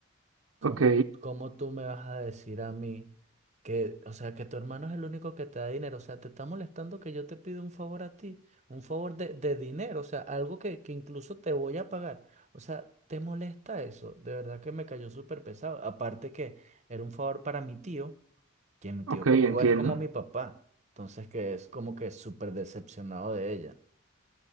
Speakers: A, on the right; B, on the right.
A: ¿Cómo,
B: Ok,
A: cómo tú me vas a decir a mí que, o sea, que tu hermano es el único que te da dinero? O sea, te está molestando que yo te pido un favor a ti, un favor de, de dinero, o sea, algo que, que incluso te voy a pagar. O sea, ¿te molesta eso? De verdad que me cayó súper pesado. Aparte que era un favor para mi tío, que mi tío
B: ok,
A: conmigo
B: entiendo.
A: es como mi papá. Entonces, que es como que súper decepcionado de ella.